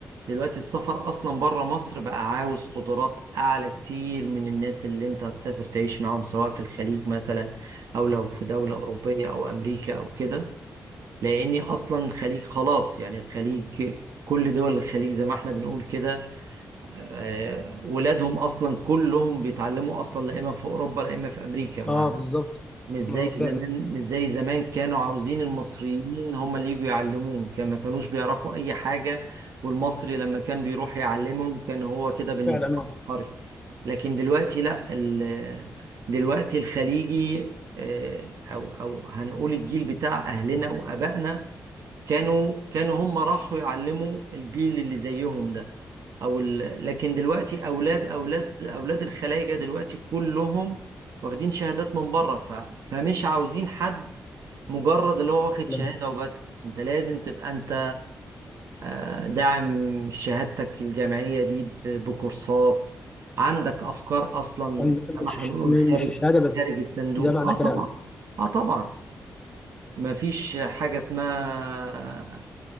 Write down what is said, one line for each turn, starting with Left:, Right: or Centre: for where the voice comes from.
Right: دلوقتي السفر اصلا بره مصر بقى عاوز قدرات اعلى كتير من الناس اللي انت هتسافر تعيش معاهم سواء في الخليج مثلا او لو في دولة اوروبية او امريكا او كده لاني اصلا الخليج خلاص يعني الخليج كل دول الخليج زي ما احنا بنقول كده آه، ولادهم اصلا كلهم بيتعلموا اصلا لا اما في اوروبا لا اما في امريكا ما
Left: اه بالظبط
Right: مش زي
Left: اه فعلا
Right: زمان مش زي زمان كانوا عاوزين المصريين هم اللي يجوا يعلموهم كان ما كانوش بيعرفوا اي حاجه والمصري لما كان بيروح يعلمهم كان هو كده بالنسبه
Left: فعلا
Right: له
Left: اه
Right: عبقري لكن دلوقتي لا ال- دلوقتي الخليجي آه، او او هنقول الجيل بتاع اهلنا وابائنا كانوا كانوا هم راحوا يعلموا الجيل اللي زيهم ده او ال... لكن دلوقتي اولاد اولاد اولاد الخلايجه دلوقتي كلهم واخدين شهادات من بره ف... فمش عاوزين حد مجرد اللي هو واخد
Left: فعلا.
Right: شهاده وبس انت لازم تبقى انت آه، داعم شهادتك الجامعيه دي ب... بكورسات عندك افكار اصلا
Left: يعني
Right: زي
Left: مش
Right: ما احنا بنقول
Left: م-
Right: خارج
Left: مش الشهاده بس
Right: خارج الصندوق
Left: ده معنى
Right: اه
Left: كلام
Right: طبعا اه طبعا ما فيش حاجه اسمها